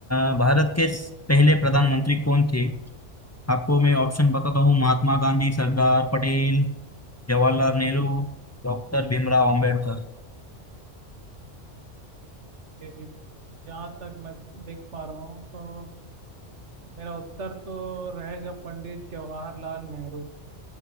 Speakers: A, on the left; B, on the right.
A: अ, भारत के स- पहले प्रधानमंत्री कौन थे आपको मैं ऑप्शन बताता हूँ महात्मा गांधी सरदार पटेल जवाहरलाल नेहरू डॉक्टर भीमराव अंबेडकर
B: ए- ए- जहाँ तक मैं देख पा रहा हूँ तो मेरा उत्तर तो रहेगा पंडित जवाहरलाल नेहरू